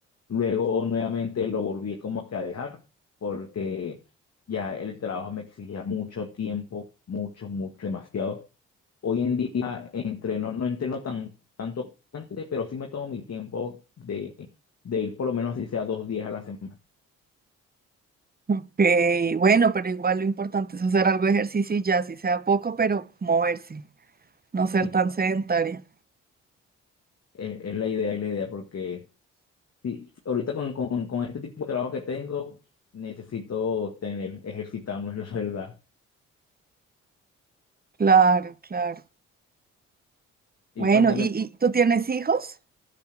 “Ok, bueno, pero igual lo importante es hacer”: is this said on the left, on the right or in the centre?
Right